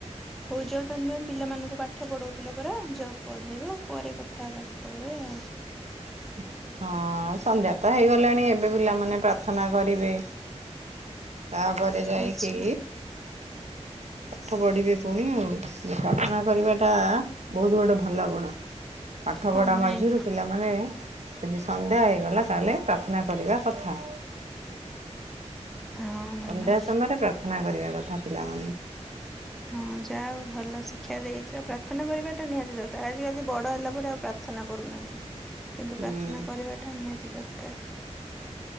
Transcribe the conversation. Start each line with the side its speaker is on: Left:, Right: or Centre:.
Centre: ହଉ ଜ ତାନେ ପିଲାମାନଙ୍କୁ ପାଠ ପଢଉଥିଲ ପରା ଜ ପଢେଇବ ପରେ କଥା ହେବା କେତେବେଳେ ଆଉ।
Right: ହଁ ହଁ ସନ୍ଧ୍ୟା ତ ହେଇଗଲାଣି ଏବେ ପିଲାମାନେ ପ୍ରାର୍ଥନା କରିବେ। ତାପରେ ଯାଇକି
Centre: ଆଚ୍ଛା
Right: ପାଠ ପଢିବେ ପୁଣି ଆଉ ପ୍ରାର୍ଥନା କରିବା ଟା ବହୁତ ଗୋଟେ ଭଲ ଗୁଣ ପାଠ
Centre: ହଁ
Right: ପଢା
Centre: ନାଇଁ
Right: ମଝିରୁ ପିଲାମାନେ ଯଦି ସନ୍ଧ୍ୟା ହେଇଗଲା ତାହେଲେ ପ୍ରାର୍ଥନା କରିବା କଥା।
Centre: <inaudible> ହଁ ଭଲ।
Right: ସନ୍ଧ୍ୟା ସମୟରେ ପ୍ରାର୍ଥନା କରିବା କଥା ପିଲାମାନେ।
Centre: ହଁ ଯା ହଉ ଭଲ ଶିକ୍ଷା ଦେଇଚ ପ୍ରାର୍ଥନା କରିବାଟା ନିହାତି ଦରକାର ଆଜିିକାଲି ବଡ ହେଲା ପରେ ଆଉ ପ୍ରା ପ୍ରାର୍ଥନା କରୁନାହାନ୍ତି କିନ୍ତୁ
Right: ହୁଁ।
Centre: ପ୍ରାର୍ଥନା କରିବାଟା ନିହାତି ଦରକାର।